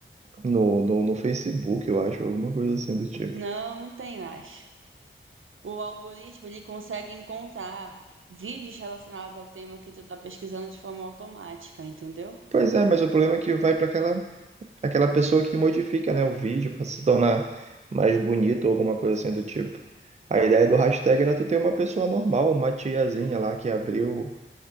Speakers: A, on the right; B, on the right.
A: No, no, no Facebook, eu acho, alguma coisa assim do tipo.
B: Não, não tem mais. O algoritmo, ele consegue encontrar vídeos relacionados ao tema que tu tá pesquisando de forma automática, entendeu?
A: Pois é, mas o problema é que vai para aquela, aquela pessoa que modifica, né, o vídeo para se tornar mais bonito ou alguma coisa assim do tipo. A ideia do hashtag era tu ter uma pessoa normal, uma tiazinha lá que abriu